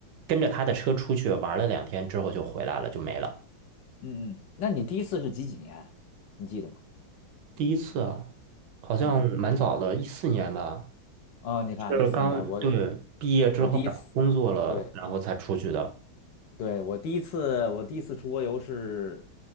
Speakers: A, on the right; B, on the left.
A: 跟着他的车出去玩了两天之后就回来了，就没了。
B: 嗯嗯，那你第一次是几几年？你记得吗？
A: 第一次啊，好像蛮早的，
B: 嗯
A: 一四年吧，
B: 嗯，你看一四年，
A: 是刚对毕业之后，
B: 我我第一次，
A: 然后工作了，
B: 对
A: 然后才出去的。
B: 对，我第一次我第一次出国游是